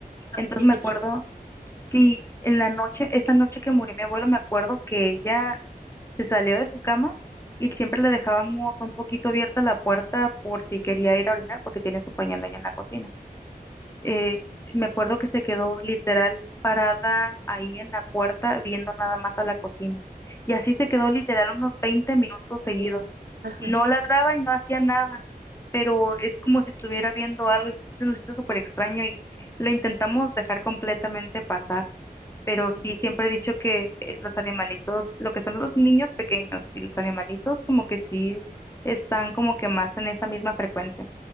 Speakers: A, on the left; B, on the right.
A: Entonces
B: Sí, sí,
A: me acuerdo, sí, en la noche, esa noche que murió mi abuela, me acuerdo que ella se salió de su cama y siempre le dejábamos un poquito abierta la puerta por si quería ir a orinar porque tiene su pañal allá en la cocina eh, me acuerdo que se quedó literal parada ahí en la puerta viendo nada más a la cocina. Y así se quedó literal unos 20 minutos seguidos.
B: Ay, no. Ajá,
A: No ladraba y no hacía nada, pero es como si estuviera viendo algo y sí se nos hizo súper extraño y lo intentamos dejar completamente pasar. Pero sí,
B: sí,
A: siempre he dicho que eh, los animalitos, lo que son los niños pequeños y los animalitos como que sí están como que más en esa misma frecuencia.